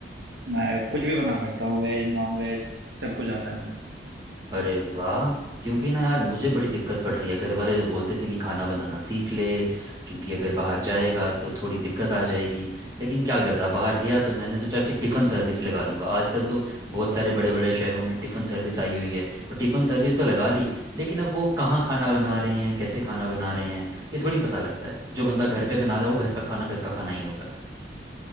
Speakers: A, on the right; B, on the right.
A: मैं कुछ भी बना सकता हूँ वेज नॉन वेज सब कुछ आता है मुझे
B: अरे वाह क्योंकि ना यार मुझे बड़ी दिक्कत पड़ रही है घर वाले तो बोलते थे कि खाना बनाना सीख ले क्योंकि अगर बाहर जाएगा तो थोड़ी दिक्कत आ जाएगी लेकिन क्या करता बाहर गया तो मैंने सोचा कि टिफ़िन सर्विस लगा लूँगा आजकल तो बहुत सारे बड़े बड़े शहरों में टिफ़िन सर्विस आई हुई है तो टिफ़िन सर्विस तो लगा ली लेकिन अब वो कहाँ खाना बना रहे हैं कैसे खाना बना रहे हैं ये थोड़ी पता लगता है जो बंदा घर पे बना रहा है वो घर का खाना घर का खाना ही होता है